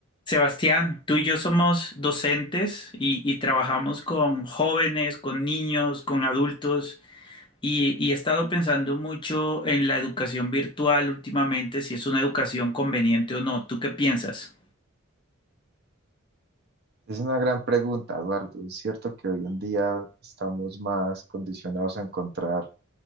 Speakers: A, on the left; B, on the right.
A: Sebastián, tú y yo somos docentes y, y trabajamos con jóvenes, con niños, con adultos y, y he estado pensando mucho en la educación virtual últimamente, si es una educación conveniente o no. ¿Tú qué piensas?
B: Es una gran pregunta, Eduardo. Es cierto que hoy en día estamos más condicionados a encontrar